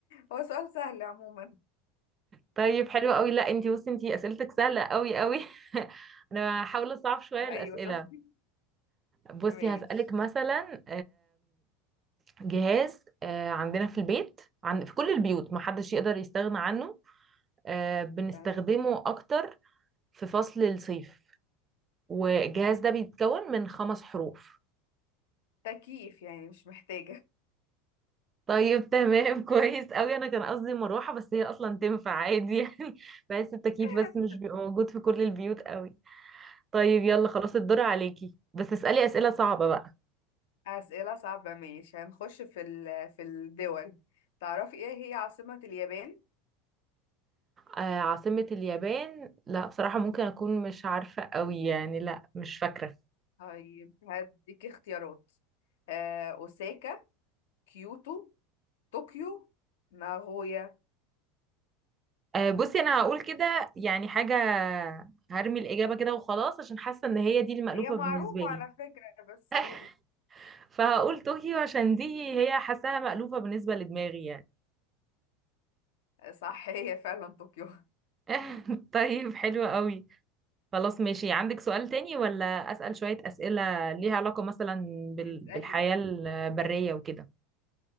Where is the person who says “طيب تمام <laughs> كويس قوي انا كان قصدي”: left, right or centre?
Right